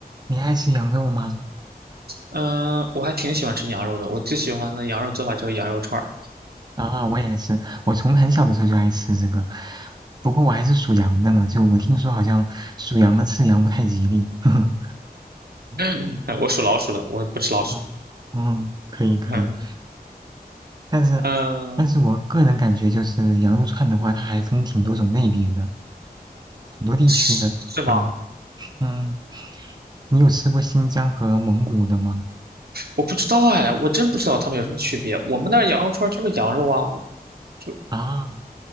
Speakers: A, on the right; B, on the right.
A: 你爱吃羊肉吗？
B: 嗯，我还挺喜欢吃羊肉的。我最喜欢的羊肉做法就是羊肉串儿。
A: 啊，我也是，我从很小的时候就爱吃这个，不过我还是属羊的呢，就我听说好像属羊的吃羊不太吉利。<laughs>
B: <laughs> 我属老鼠的，我不吃老鼠。
A: 嗯嗯，可以可以，
B: <laughs>
A: 但是
B: 嗯，
A: 但是我个人感觉就是羊肉串的话，它还分挺多种类别的，很多地区的。
B: 是是吗？
A: 嗯嗯，你有吃过新疆和蒙古的吗？
B: 我不知道哎，我真不知道它们有什么区别。我们那儿羊肉串儿就是羊肉啊，就
A: 啊，